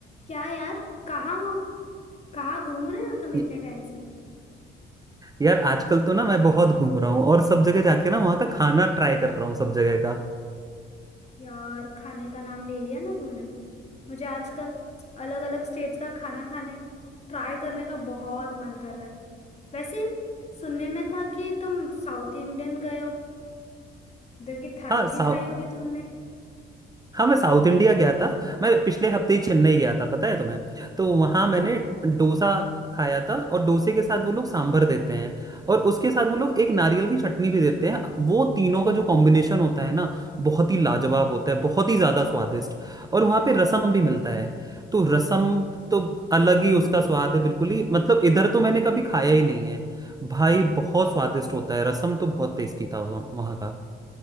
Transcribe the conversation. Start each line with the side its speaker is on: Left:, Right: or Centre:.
Left: क्या यार कहाँ हो कहाँ घूम रहे हो तुम
Right: य-
Left: इतने टाइम से
Right: यार आजकल तो ना मैं बहुत घूम रहा हूँ और सब जगह जाके ना वहाँ का खाना ट्राई कर रहा हूँ सब जगह का
Left: यार खाने का नाम ले लिया ना तुमने मुझे आजकल अलग अलग स्टेट्स का खाना खाने ट्राई करने का बहुत मन कर रहा है वैसे सुनने में था कि तुम साउथ इंडियन गए हो उधर की थाली
Right: हाँ साउ,
Left: भी खाई होगी तुमने
Right: हाँ मैं साउथ इंडिया गया था मैं पिछले हफ्ते ही चेन्नई गया था पता है तुम्हें तो वहां
Left: अरे वाह
Right: मैंने डोसा खाया था और डोसे के साथ वो लोग सांभर देते हैं और उसके साथ वो लोग एक नारियल की चटनी भी देते हैं वो तीनों का जो कॉम्बिनेशन होता है ना बहुत ही लाजवाब होता है बहुत ही ज्यादा स्वादिष्ट और वहां पे रसम भी मिलता है तो रसम तो अलग ही उसका स्वाद है बिल्कुल ही मतलब इधर तो मैंने कभी खाया ही नहीं है भाई बहुत स्वादिष्ट होता है रसम तो बहुत टेस्टी था वहाँ वहाँ का